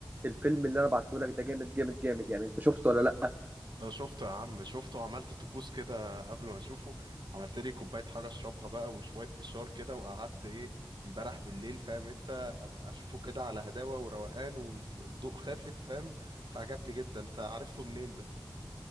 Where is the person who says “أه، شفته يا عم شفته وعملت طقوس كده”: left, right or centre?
Right